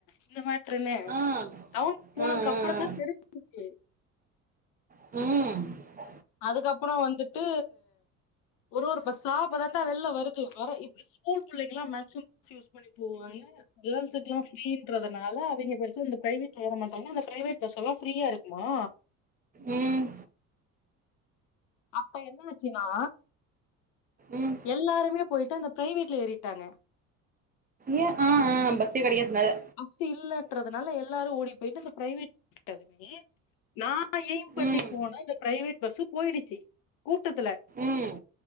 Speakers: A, on the left; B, on the right.
A: இந்த மேட்டருன்னு
B: ஆ
A: டவுன் போனதுக்கப்பரோ
B: ஆ ஆ ஆ
A: தா தெரிஞ்சிருச்சு
B: ம்
A: அதுக்கப்ரோ வந்துட்டு ஒரு ஒரு பாஸ்ஸா அப்போதான்டா வெள்ள வருது வர இப் ஸ்கூல் புள்ளைங்ள மேக்சிம் பஸ் யூஸ் பண்ணி போவாங்க கேள்ஸ்குல்லா ஃப்ரீறதுனால அவைங்க பெருசா இந்த ப்ரைவேட்ல எறமாட்டாங்கா அந்த ப்ரைவேட் பஸ்சுலா ஃப்ரீயாருக்குமா
B: ம் ம்
A: அப்ப என்னாச்சுனா
B: ம்
A: எல்லாருமே போய்ட்டு அந்த ப்ரைவேட்ல ஏறிட்டாங்க
B: ஏ ஆ ஆ பஸ்ஸே கடகத்னால
A: பஸ்சு இல்லன்றுதுனால எல்லாரு ஓடி போய்ட்டு இந்த ப்ரைவேட் இருகதுமே நா எய்ம் பண்ணி
B: ம்
A: போனா இந்த ப்ரைவேட் பஸ்சு போய்டுச்சு கூட்டத்துல
B: ம்